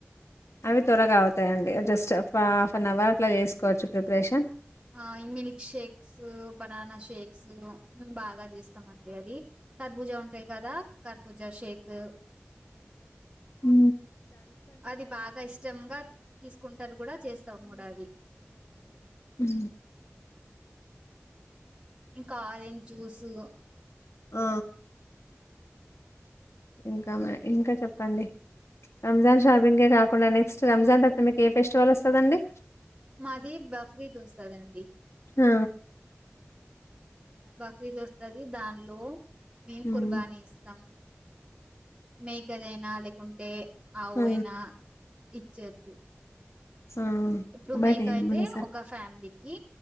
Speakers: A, on the left (about 80°); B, on the right (about 20°).
A: అవి త్వరగా అవుతాయండి జస్ట్ హాఫ్ అన్ అవర్ అట్లా చేసుకోవచ్చు preparation,
B: all milk shakes banana shakes మేము బాగా చేస్తామండి, అది కర్బూజా ఉంటాయి కదా కర్బూజా షేక్
A: ఉ
B: అది బాగా ఇష్టంగా తీసుకుంటారు కూడా చేస్తావు కూడా అది,
A: ఉ
B: ఇంకా ఆరెంజ్ జ్యూసు
A: ఆ ఇంకా మ ఇంకా చెప్పండి. రంజాన్ షాపింగ్కే కాకుండా నెక్స్ట్ రంజాన్ తరువాత మీకు ఏ ఫెస్టివల్ వస్తుందండి.
B: మాది బక్రీద్ వస్తాదండి,
A: ఆ
B: బక్రీద్ వస్తాది దాని లో మేము
A: హ్మ్
B: కుర్బానీ ఇస్తాం మేకదైనా లేకుంటే అవు
A: ఆ
B: అయినా ఇచ్చచ్చు
A: ఆ,
B: ఇప్పుడు
A: బయట
B: మేక
A: ఏమన్నా
B: అయితే
A: సార్
B: ఒక ఫ్యామిలీ,